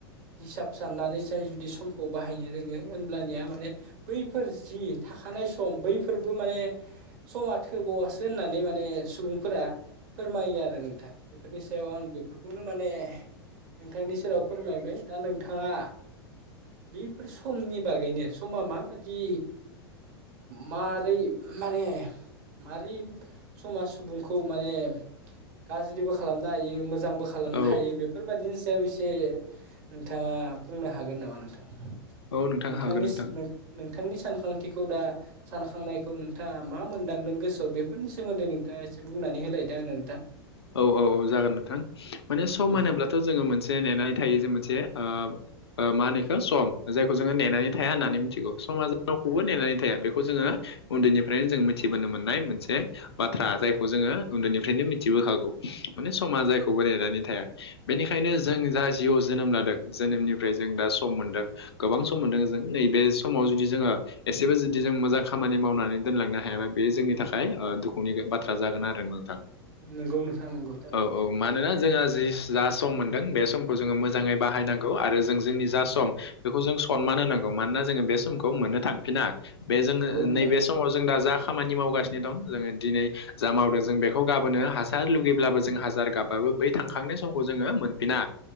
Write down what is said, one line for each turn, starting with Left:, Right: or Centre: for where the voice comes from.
Right: हिसाब साननानै जाय जुदि समखौ बाहायनो रोङो होनोमब्लानिया माने बैफोर जि थाखानाय सम बैफोरबो माने समा थोबावासो होननानै माने सुबुंफोरा फोरमायो आरो नोंथां। बेफोरनि सायाव आं बेफोरखौनो माने नोंथांनि सेराव फोरमायबाय दा नोंथाङा बेफोर समनि बागैनो समा माबादि मारै माने मारै समाज सुबुंखौ माने गाज्रिबो खालामनो हायो मोजांबो खालामनो
Left: औ
Right: हायो बेफोरबायदिनि सायाव एसे नोंथाङा बुंनो हागोन नामा नोंथां
Left: औ नोंथां
Right: नोंथांनिस
Left: हागोन नोंथां
Right: नों नोंथांनि सानखांथिखौ दा सानखांनायखौ नोंथाङा मा मोनदांदों गोसोआव बेफोरनि सोमोन्दै नोंथाङा एसे बुंनानै होलायदो आंनो नोंथां
Left: औ औ औ जागोन नोंथां। माने
Right: औ
Left: सम
Right: नोंथां
Left: होनोब्लाथ जोङो मोनसे नेनानै थायो जे मोनसे ओ मा होनोइखो सम जायखौ जोङो नेनानै थाया होननानै मिथिगौ समा ज रावखौबो नेनानै थाया बेखौ जोङो उन्दैनिफ्रायनो जों मिथिबोनो मोननाय मोनसे बाथ्रा जायखौ जोङो उन्दैनिफ्रायनो मिथिबोखागौ माने समा जायखौबो नेनानै थाया बेनिखायनो जों जा जिउ जोनोम लादों जोनोमनिफ्राय जों दा सम मोनदों गोबां सम मोनदों जों नैबे समाव जुदि जोङो एसेबो जुदि जों मोजां खामानि मावनानै दोनलांनो हायाबा बे जोंनि थाखाय ओ दुखुनि बाथ्रा जागोन आरो नों
Right: नोंगौ नोंथां नोंगौ
Left: औ औ मानोना जोंहा जि जा सम मोनदों बे समखौ जोङो मोजाङै बाहायनां गौ आरो जों जोंनि जा सम बेखौ जों सनमान होनांगौ मानोना जोङो बे समखौ मोननो थांफिना बे जोङो
Right: नंगौ नोंथां
Left: नैबे समाव जों दा जा खामानि मावगासिनो दं जोङो दिनै जा मावदों जों बेखौ गाबोनो हाजार लुगैब्लाबो जों हाजार गाबाबो बै थांखांनाय समखौ जोङो मोनफिना